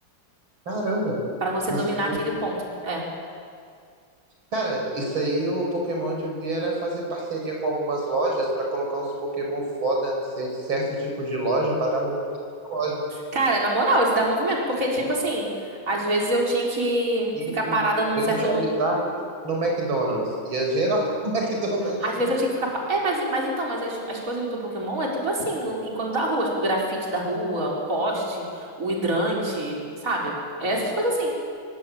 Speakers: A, on the right; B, on the right.
A: Caramba,
B: Pra você
A: não
B: dominar
A: sabia.
B: aquele ponto. É.
A: Cara, isso aí o Pokémon devia era fazer parceria com algumas lojas pra colocar uns Pokémon foda em cer- certo tipo de loja pra dar movimento na loja.
B: Cara, na moral, isso dá movimento. Porque, tipo assim, às vezes eu tinha que
A: Tem
B: ficar
A: um
B: parada num
A: tem
B: certo
A: um Charizard
B: lugar.
A: no McDonald's. E é geral <laughs> no McDonald's.
B: Às vezes eu tinha que ficar. pa- É, mas, mas então, mas as, as coisas do Pokémon é tudo assim, no- enquanto da rua, tipo, o grafite da rua, o poste, o hidrante, sabe? É essas coisas assim.